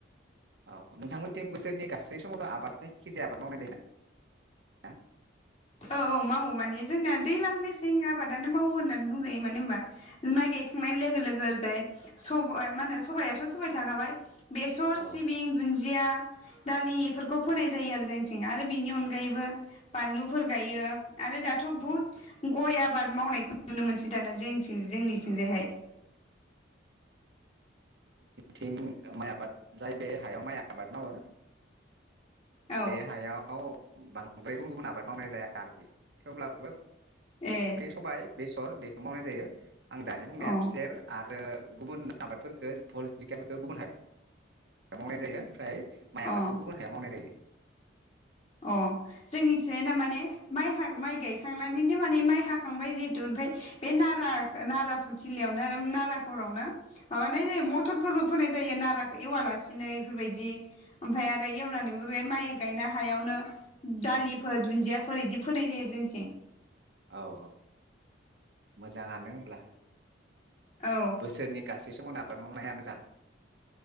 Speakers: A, on the right (about 60°); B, on the left (about 35°).
A: औ नोंथांमोनथिं बोसो सोरनि गासै समावनो आबाद जायखि जाया आबाद मावनाय जायो ना <unintelligible>
B: औ औ मावो मानिे जोंना दैलां मेसें आबादानो मावो होननानै बुंजायो मानो होमबा माइ गायखांनाय लोगो लोगो ओरैजाय सबा मा होनो सबायाथ' सबाय थाखाबाय बेसर
A: औ
B: सिबिं दुन्दिया दालि बेफोरखौ फोनाय जायो आरो जोंनिथि आरो बिनि अनगायैबो
A: औ
B: बानलु फोर गायो आरो दाथ'
A: उम
B: बुहुत गय आबाद मावनायखौ नुनो मोनसै दाना जों जोंनिथिंजायहाय
A: औ थिं माइ आबाद जाय बे हायाव माइ आबाद मावो
B: औ
A: बे हायाव बांद्राय गुबुन गुबुन आबाद मावनाय जाया आरोखि थेवब्लाबो
B: ए
A: बे सबाइ बे <unintelligible> बेखो मावनाय जायो आं दानि बुंनाया
B: अ ओं
A: खुसेर आरो गुबुन आबादफोरखो <unintelligible> <unintelligible> गुबुन हाय मावनाय जायो ओमफ्राय माइ आबादखौ
B: अ
A: गुबुन हायाव मावनाय जायो
B: अ जोंनिथिंजायना माने माइ हां माइ गायखांनानैनो माने माइ हाखांबाय जिहेतु ओमफाय बे नारा नारा थिलियावनो आरो नाराघरावनो माबानाय जायो मथरफोरबो फोनाय जायो नाराखौ एवालासिनो इफोरबायदि ओमफाय आरो एवनानैबो बे माइ गायनो हा हायावनो दालिफोर दुन्दियाफोर बिदि फोनाय जायो जोंथिं
A: औ औ मोजाङानो होनब्ला
B: औ औ
A: बोसोरनि गासै समावनो बाद मावनाया मोजां